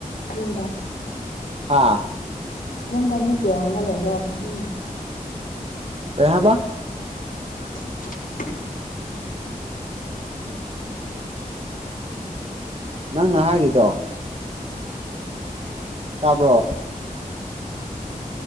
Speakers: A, on the left; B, on the right.
A: ꯌꯨꯝꯗ
B: ꯍꯥ
A: ꯌꯨꯝꯗ ꯃꯤ ꯀꯌꯥꯒꯨꯝꯕ ꯂꯩꯈ꯭ꯔꯕ ꯌꯨꯝ
B: ꯀꯩꯍꯥꯏꯕ
A: <inaudible>
B: ꯅꯪꯅ ꯍꯥꯏꯔꯤꯗꯣ ꯇꯥꯕ꯭ꯔꯣ